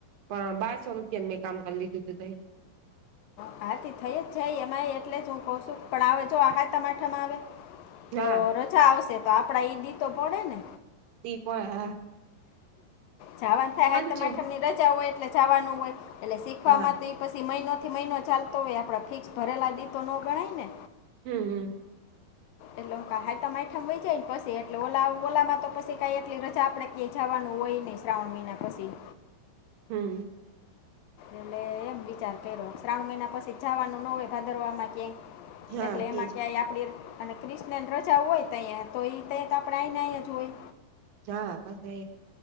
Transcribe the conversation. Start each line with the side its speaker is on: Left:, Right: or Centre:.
Right: પણ બાાર સ્વરૂપથી અ મેં કામ કરી લીધું તું તયે
Left: હ આથી થઈ જ જાય એમાંય એટલે જ હું કઉ છું પણ આવે જો આહા તમાઠામાં આવે તો
Right: હા
Left: રજા આવશે તો આપડા એઈ દી તો પડે ને.
Right: દીપો હ.
Left: જાવન થાય
Right: હંચ
Left: હાય તો માથમની રજા હોય એટલે જવાનું હોય એટલે શીખવામાંથી
Right: હા
Left: ત્ય પછી મહિનોથી મહિનો ચાલતો હોય આપણા ફિક્સ ભરેલા દી તો ન ગણાય ને.
Right: હમ્મ હમ્મ
Left: એટલે હું ક ઈ હાયતમ આઠમ વઈ જાય ને પછી એટલે ઓલા ઓલામાં તો પછી કઈ એટલી રજા આપડે ક્યાંય જવાનું હોય નહીં શ્રાવણ મહિના પછી
Right: હમ્મ
Left: એટલે એમ વિચાર કર્યો શ્રાવણ મહિના પછી જવાનું ન હોય ભાદરમાં ક્યાંય
Right: હા
Left: એટલે
Right: કેજ
Left: એમાં ક્યાંય આપડી અને ક્રિ્ણન રજા હોય તો તહીયા તો એ તયા તો આપણે અહીંને અહીંયા જ હોય
Right: જા કસ એ